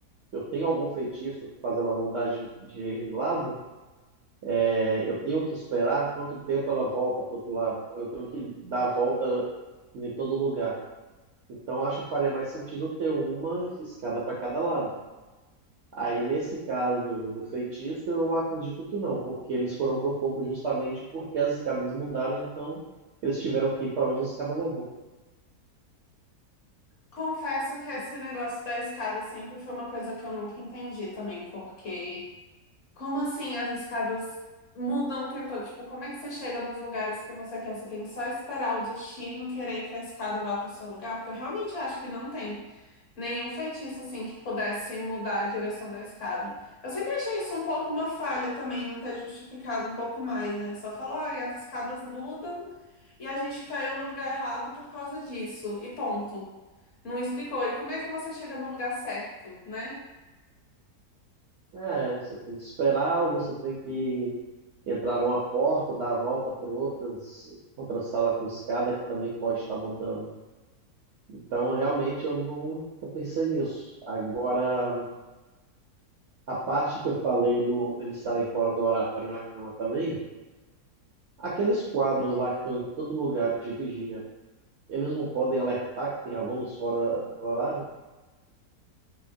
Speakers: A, on the right (about 65°); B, on the left (about 55°).
A: Eu tenho algum feitiço que faz ela mudar de, de lado? É, eu tenho que esperar quanto tempo ela volta pro outro lado? Eu tenho que dar a volta em todo lugar. Então, acho que faria mais sentido ter uma escada para cada lado. Aí, nesse caso do feitiço, eu acredito que não, porque eles foram pro fogo justamente porque as escadas mudaram, então eles tiveram que ir para onde a escada levou.
B: Confesso que esse negócio da escada sempre foi uma coisa que eu nunca entendi também, porque Como assim as escadas mudam o tempo todo? Tipo, como é que você chega nos lugares que você quer? Você tem que só esperar o destino querer que a escada vá para o seu lugar? Porque eu realmente acho que não tem nenhum feitiço assim que pudesse mudar a direção da escada. Eu sempre achei isso um pouco uma falha também, não ter justificado um pouco mais, né? Só falar, ai, as escadas mudam e a gente caiu no lugar errado por causa disso. E ponto. Não explicou. E como é que você chega no lugar certo, né?
A: É, você tem que esperar ou você tem que entrar numa porta, dar a volta por outras, outra sala com escada que também pode estar mudando. Então, realmente, eu nunca pensei nisso. Agora, a parte que eu falei do deles estarem fora do horário na cama também, aqueles quadros lá que estão em todo lugar de vigia, eles não podem alertar que tem alunos fora do horário?